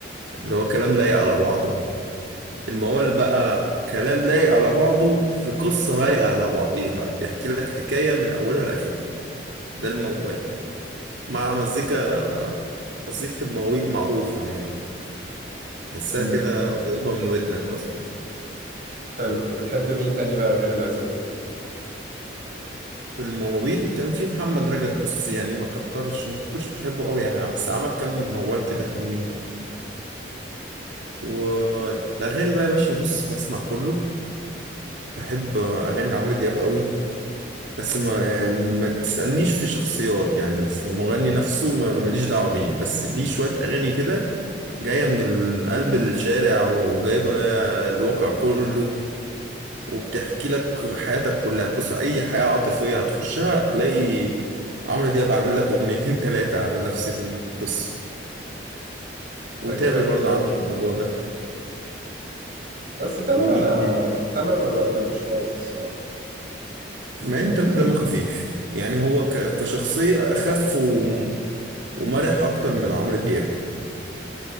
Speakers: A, on the right; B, on the right.
A: اللي هو كلام لايق على بعضه الموال بقى كلام لايق على بعضه في قصة لايقة على بعضيها بيحكي لك حكاية من أولها لآخرها ده الموال مع مزيكا مزيكة المواويل معروفة يعني تحسها
B: امم
A: كده قريبة من ودنك أصلا
B: حلو وبتحب مين تاني بقى غير العزبي
A: في المواويل كان في محمد رجب بس يعني ما كترش وما كنتش بحبه قوي يعني بس عمل كام موال كده حلوين والأغاني بقى يا باشا بص بسمع كله بحب أغاني لعمرو دياب قوي بس ما ما تسألنيش في شخصيات يعني في مغني نفسه ما- ماليش دعوة بيه بس ليه شوية أغاني كده جاية من ال- قلب الشارع وجايبة الواقع كله وبتحكي لك حياتك كلها بص أي حياة عاطفية هتخشها هتلاقي عمرو دياب عامل لك أغنيتين تلاتة على نفس القصة وتامر
B: ده كده كده
A: برضه عامل الموضوع ده
B: بس تامر
A: ومين
B: انا
A: تاني
B: تامر ما بقبلوش خالص الصراحه
A: مع إن تامر دمه خفيف يعني هو ك- كشخصية أخف وم- ومرح أكتر من عمرو دياب